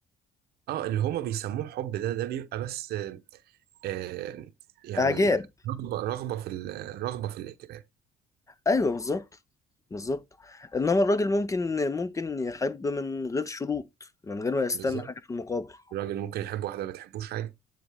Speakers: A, on the right; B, on the left.
A: اه اللي هما بيسموه حب ده ده بيبقى بس آه، يعني
B: اعجاب
A: رغبة رغبة في ال- رغبة في الاهتمام
B: ايوه بالظبط بالظبط انما الراجل ممكن ممكن يحب من غير شروط من غير ما يستنى
A: بالظبط
B: حاجه في المقابل
A: الراجل ممكن يحب واحدة ما بتحبوش عادي